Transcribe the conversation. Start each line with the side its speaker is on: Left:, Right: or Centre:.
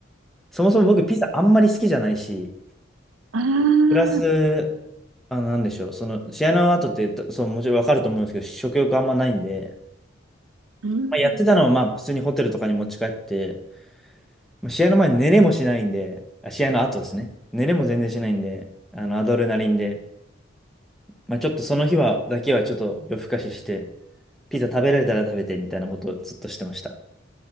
Centre: そもそも僕ピザあんまり好きじゃないし、
Right: ああ、
Centre: プラス、
Right: う
Centre: あ、なんでしょう、その試合の後って、そう、もちろん分かると思うんですけど、食欲あんまないんで、
Right: ん。う
Centre: まあ、やってたのは、まあ、普通にホテルとかに持ち帰って、まあ試合の前、寝れもしないんで、あ、試合の後ですね、寝れも全然しないんで、あのアドレナリンで、まあ、ちょっとその日はだけはちょっと夜更かしして、ピザ食べられたら食べてみたいなことをずっとしてました。